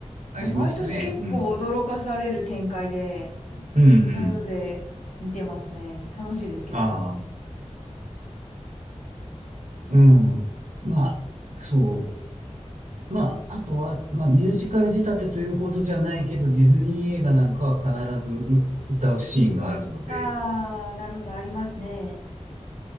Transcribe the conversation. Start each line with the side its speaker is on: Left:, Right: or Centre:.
Right: ありますね。
Left: うん。毎年結構驚かされる展開で、
Right: うん。うん、
Left: なので、
Right: うん。
Left: 見てますね。楽しいです、結構。
Right: ああ、うん。まあ、そう。まあ、あとは、まあ、ミュージカル仕立てというほどじゃないけど、ディズニー映画なんかは必ずう歌うシーンがあるので、
Left: あー、なるほど、ありますね。